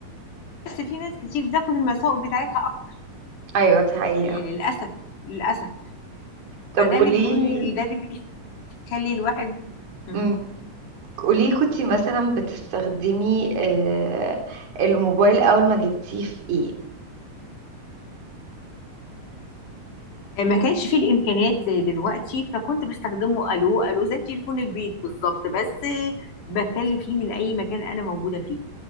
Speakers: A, on the left; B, on the right.
A: بس في ناس كتير بتاخد المساوئ بتاعتها اكتر
B: ايوه دي حقيقة
A: يعني للاسف للاسف
B: طب
A: فده
B: قوليلي
A: اللي بيقول ده اللي بيخلي الواحد مم.
B: امم قولي كنتي مثلا بتستخدمي آه الموبايل اول ما جبتيه في ايه
A: آه، ما كانش فيه الامكانيات زي دلوقتي فكنت بستخدمه الو الو زي تليفون البيت بالظبط بس بتكلم فيه من اي مكان انا موجوده فيه